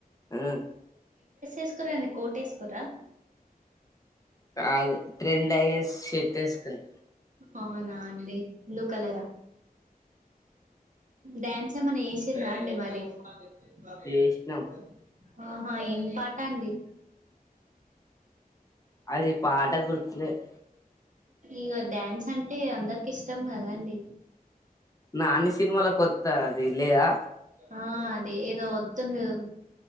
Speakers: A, on the left (about 20°); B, on the right (about 55°).
A: ఆ,
B: ఏ కురాండి కోటేశ్వరా
A: కాదు ట్రెండ్ అయ్యే షట్ వేసుకుని
B: అవునా అండి బ్లూ కలరా డ్యాన్స్ మన ఏష రండి వరి ప్పుే
A: చేసినాం
B: మడ ఆహా ఏం పాట అండి
A: అది పా ఆట గుర్తులేదు
B: ఇక డ్యాన్స్ అంటే అందరికి ఇష్టం కదా అండి
A: నాని సినిమాలో కొత్త అది లేదా
B: ఆ అది ఏదో వత్తుంది కదా